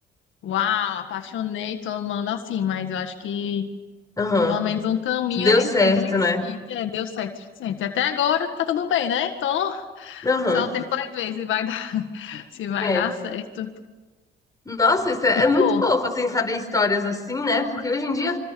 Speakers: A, on the left; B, on the left.
A: Uau, apaixonei, tô amando assim, mas eu acho que
B: Aham.
A: pelo menos um caminho
B: Que deu
A: a gente
B: certo,
A: sente, a gente
B: né?
A: sente, é, deu certo, a gente sente. Até agora tá tudo bem, né? Então, <laughs>
B: Aham.
A: só o tempo vai ver se vai dar, <laughs> se vai
B: É.
A: dar certo.
B: Nossa, isso é
A: E
B: é muito
A: tu?
B: fofo, assim, saber histórias assim, né? Porque hoje em dia